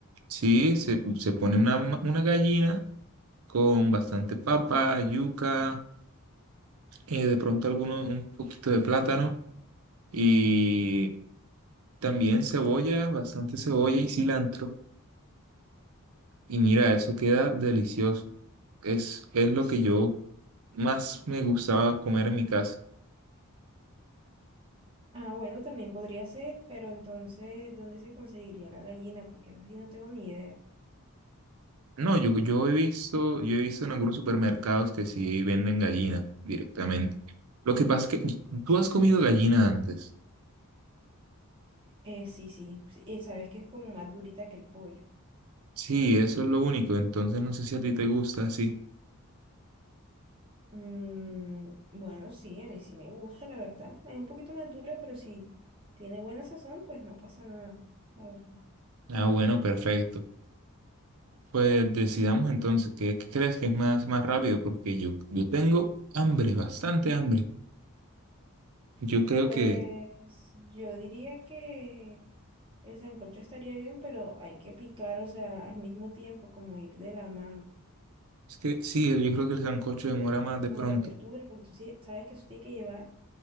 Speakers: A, on the right; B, on the right.
A: sí, se, se pone una, ma- una gallina con bastante papa, yuca eh, de pronto alguno, un poquito de plátano y también cebolla, bastante cebolla y cilantro. Y mira, eso queda delicioso. Es, es lo que yo más me gustaba comer en mi casa.
B: Ah, bueno, también podría ser, pero entonces, ¿dónde se conseguiría la gallina? Porque así no tengo ni idea.
A: No, yo, yo he visto, yo he visto en algunos supermercados que sí venden gallina directamente. Lo que pasa es que tú has comido gallina antes.
B: Eh, sí, sí, sí, eh, sabes que es como más durita que el pollo.
A: Sí, eso es lo único. Entonces no sé si a ti te gusta así.
B: Mm, bueno, sí, a mí sí me gusta, la verdad. Es un poquito más dura, pero si tiene buena sazón, pues no pasa nada, la verdad.
A: Ah, bueno, perfecto. Pues decidamos entonces, ¿qué, qué crees que es más, más rápido? Porque yo, yo tengo hambre, bastante hambre. Yo creo
B: Pues
A: que,
B: yo diría que... El sancocho estaría bien, pero hay que picar, o sea, al mismo tiempo, como ir de la mano.
A: es que sí, yo creo que el sancocho demora más de
B: De
A: pronto.
B: las verduras, porque tú sí sabes que eso tiene que llevar